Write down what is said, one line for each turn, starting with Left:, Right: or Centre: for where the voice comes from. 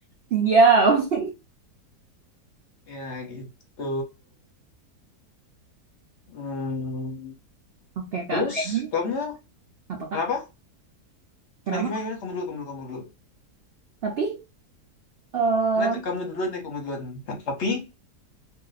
Right: Siap.
Left: ya gitu Hmm.
Right: Oke Kak,
Left: terus
Right: kayaknya
Left: kamu
Right: apa Kak?
Left: apa
Right: Kenapa?
Left: tadi gimana gimana kamu dulu kamu dulu kamu dulu
Right: Tapi Eh,
Left: Enggak, kamu duluan deh kamu duluan tapi